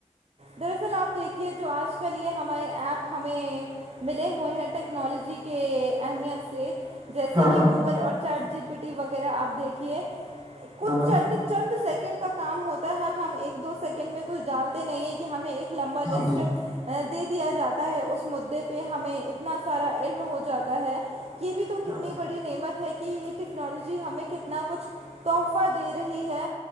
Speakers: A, on the right (about 55°); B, on the right (about 35°).
A: دراصل آپ دیکھیے جو آج کل یہ ہمارے ایپ ہمیں ملے ہوئے ہیں ٹیکنالوجی کے اہمیت سے جیسے
B: ہاں
A: کہ
B: ہاں
A: گوگل اور چیٹ جی پی ٹی وغیرہ آپ دیکھیے کچھ
B: ہاں ہاں
A: چند چند سیکنڈ کا کام ہوتا ہے ہم ایک دو سیکنڈ میں کچھ ڈالتے نہیں ہیں کہ ہمیں ایک <unintelligible> لمبر
B: ہاں
A: لسٹ
B: بالکل
A: <unintelligible> دے دیا جاتا ہے اس مدعے پہ ہمیں اتنا سارا علم ہو جاتا ہے <unintelligible> یہ بھی تو
B: ہاں
A: کتنی
B: بالکل
A: بڑی نعمت ہے <unintelligible> کہ یہ ٹیکنالوجی ہمیں کتنا کچھ تحفہ دے رہی ہے